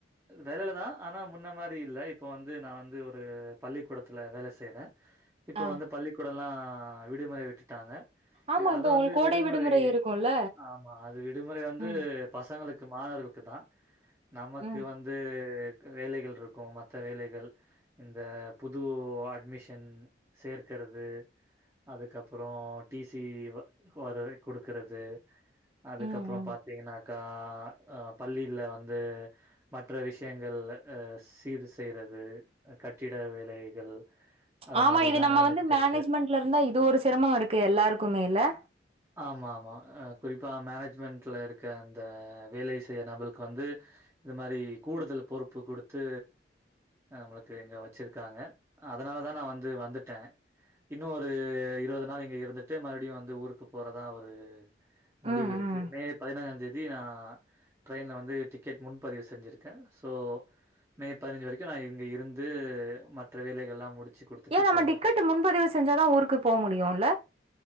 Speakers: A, on the right; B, on the right.
A: வேலைையிலதா ஆனா முன்ன மாரி இல்ல இப்போ வந்து நா வந்து ஒரு பள்ளிக்கூடத்துல வேல செய்றே இப்ப
B: ஆ
A: வந்து பள்ளிக்கூடல்லா ஆ விடுமுறை விட்டுட்டாங்க
B: ஆமா
A: அது
B: இப்ப உங்களுக்கு
A: வந்து
B: கோடை
A: விடுமுறை
B: இருக்குல்ல
A: ஆமா அது விடுமுறை வந்து
B: ம்
A: பசங்களுக் க்குமா இருக்கு இருக்குதா நமக்கு
B: ம்
A: வந்து நமக்கு வேலைகள் இருக்கு மற்ற வேலைகள் இந்த புது அட்மிஷன் சேர்க்கிறது அதுக்கப்புறோ டி சி வர கொடுக்கறது அதுக்கப்புறோ
B: ம் ம்
A: பாத்தீங்கன்னாக்கா ஆ பள்ளியில வந்து மற்ற விஷ் க்கியங்கள சீர் செய்றது கட்டிட வேலைகள் அது
B: ஆமா
A: மாரிலா
B: இது நம்ம
A: நடந்துகிட்டு
B: வந்து மேனேஜ்மெண்ட்ல
A: இருக்கு
B: இருந்தா இது ஒரு சிரமம இருக்கு எல்லாருக்குமேல
A: ஆமா ஆமா குறிப்பா மேனேஜ்மெண்ட்ல இருக்க அந்த வேலைஸ் செய்ய நபளுக்கு வந்து இது மாரி கூடுதல் பொறுப்பு குடுத்து நம்மளுக்கு இங்க வச்சிருக்காங்க அதனாலதா நா வந்து வந்துட்டே இன்ரு இருபது நாள் இங்க இருந்துட்டு மறுபடியு வந்து ஊருக்கு போறதா ஒரு முடிவு
B: ம்
A: இருக்கு
B: ம்
A: மே பதினஞ்சா தேதி நா ட்ரெயினல வந்து டிக்கெட் முன்பதிவு செஞ்சுருக்கே சோ மே பதினஞ்சி வரைக்கு நா இங்க இருந்து மற்ற வேலைகள்லாம் முடிச்சு குடுத்துட்டு
B: ஏ நம்ம
A: போணும்.
B: டிக்கெட் முன்பதிவு செஞ்சாதா ஊருக்கு போக முடியுல